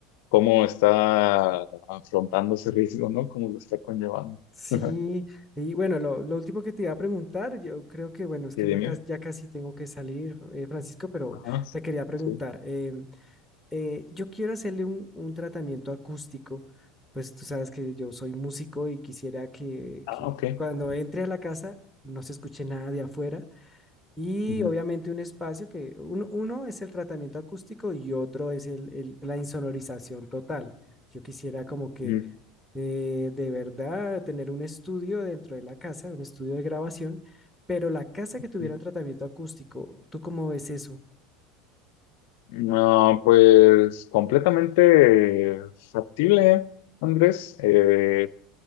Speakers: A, on the left; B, in the centre.
A: cómo está afrontando ese riesgo, ¿no? Cómo lo está conllevando.
B: Sí,
A: <laughs>
B: y bueno, lo, lo último que te iba a preguntar, yo creo que, bueno, es
A: Y
B: que
A: dime.
B: ya, cas- ya casi tengo que salir, eh, Francisco, pero
A: Ajá.
B: te quería preguntar.
A: Sí.
B: em, eh, yo quiero hacerle un, un tratamiento acústico, pues tú sabes que yo soy músico y quisiera que,
A: Ah,
B: que
A: ok.
B: cuando entre a la casa no se escuche nada de afuera y
A: Ujú,
B: obviamente un espacio que uno, uno es el tratamiento acústico y otro es el- el- la insonorización total. Yo quisiera como que
A: ujú,
B: eh, de verdad tener un estudio dentro de la casa, un estudio de grabación, pero la casa que
A: ujú.
B: tuviera un tratamiento acústico, ¿tú cómo ves eso?
A: No, pues completamente factible, Andrés. Eh,